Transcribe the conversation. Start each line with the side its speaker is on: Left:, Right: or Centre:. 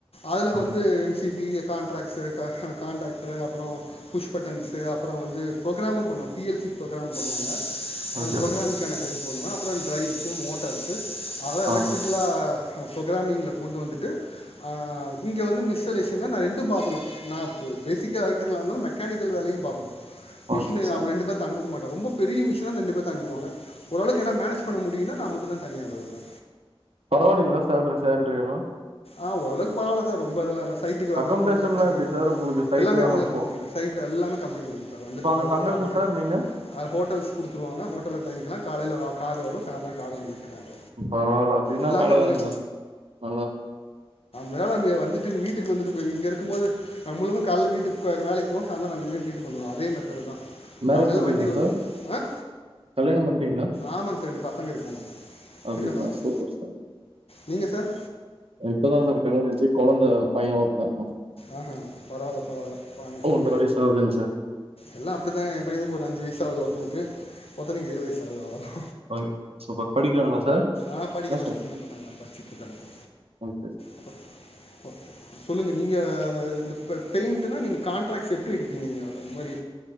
Left: அதில்
Right: okay
Left: வந்து M C B contracts contractor அப்பறம் புஷ்பட்டன்ஸ் அப்புறம் வந்து ப்ரோக்ராமு பண்ணுவா பி எல் சி ப்ரோக்ராம் பண்ணுவாங்க
Right: ஓகே
Left: அந்த ப்ரோகிராம்
Right: சார்
Left: கான ஹெல்ப் பண்ணுவ அப்பறம் டரைவ்ஸு மோட்டார்ஸு அத எலக்ட்ரிகலா
Right: ஆ சார்
Left: ப்ரோக்ராமிங்கில் கொண்டு வந்துட்டு அ இங்கே வந்து மிஸ்டலேஷனில் நா ரெண்டு பாக்கணு நா இப்போ பேசிக்காக எலக்ட்ரக்கலாக இருந்தாலு மெக்கானிக்கல் வேலையும் பாக்கணு மிஷின்
Right: ஓகே சார்
Left: அவ ரெண்டு பேத்த அனுப்ப மாட் ரொம்ப பெரிய மிஷனா ரெண்பத் அனுபுவாங்க ஓரளவுக்கு ஏனா மேனேஜ் பண்ண முடியுனா நா மட்டுதா தனியா வருவே
Right: பரவால்லிங்களா சேல்ரி சேல்ரி எல்லா
Left: ஆ ஓரவுக்கு பரவால சார் ரொம்ப இதெல்லா இல்ல சா சைட்டுக்கு வந்தாலு
Right: அக்கமடேஷன்லா
Left: கொஞ்சோ தப்பிச்சுக்குவே
Right: எப்டி சார் உங்களுக்கு சைட்டு
Left: எல்லமே அவுங்களே
Right: அங்க
Left: குடுப்பாங்க
Right: போ
Left: சார் சைட்டு எல்லாமே கம்பெனி குடுக்கமாட்டாங்க வந்துட்டு
Right: இப்ப அங்க
Left: போகறது
Right: தங்கறது
Left: சாப்பாடு
Right: சார் நீங்க
Left: அ ஹோட்டல்ஸ் குடுத்துருவாங்க ஹோட்டல்ல தங்கிக்கலா காலையில வா காரு வரும் சாயந்திரம் காரு வந்து விட்டுருவாங்க
Right: பரவாயில்ல அப்பிடின்னா
Left: எல்லாமே
Right: நல்லதுதா
Left: அவங்களே
Right: நல்லா
Left: மேலே <unintelligible> வந்துட்டு வீட்டுக்கு வந்துட்டு போய் இங்க இருக்குபோது நம்மழுக்கு கால வீட்டுக்கு கோக வேலைக்கு போவோ சாயங்கால அஞ்சு மணி வீட்டுக்கு வந்துருவோ அதே மெததேடுதா
Right: மேரேஜ்
Left: காலையில
Right: பண்ட்டீங்களா
Left: வண்டி வரு
Right: சார்
Left: அ
Right: கல்யாணம் பண்ட்டீங்களா
Left: ஆமாங்க சார் ரெண்டு பசங்க இருக்காங்க
Right: அப்டிங்களா
Left: சின்ன பசங்க
Right: சூப்பர் சார்
Left: நீங்க சார்
Right: இப்போதா சார் கலயாணச்சி கொழந்த பையன் ஒருத்த இருக்கா
Left: ஆஹ பரவாயில்ல பரவாயில்ல கோங் சார்
Right: ஒன்ற வயசு ஆகுதுங்க சார்
Left: எல்லா அப்பிடித்தாங்க ப்ப எனக்கு ஒரு அஞ்சு வயசு ஆவுது ஒருத்தனுக்கு ஒருத்தனு ஏழு வயசு ஆவுது அவ்ளதா
Right: ஓகே. சூப்பர். படிக்கிறாங்களா சார்?
Left: ஆ படிக்கறாங்க
Right: இல்ல சார்.
Left: சின்ன பசங்க தா படிச்சிட்ருக்கானுங்க
Right: ஓகே.
Left: அப் ஓ சொல்லுங்க நீங்க இந்த பெ பெயிண்ட்னா நீங்க கண்டட்ராக்ட்ஸ் எடுப்பீங்க நீங்க அந்த மாரி